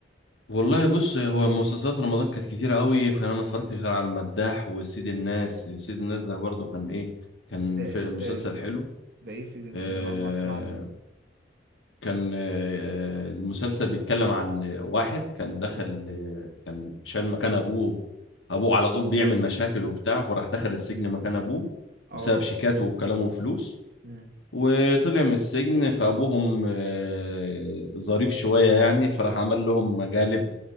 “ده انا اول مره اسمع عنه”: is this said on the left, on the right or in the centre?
Right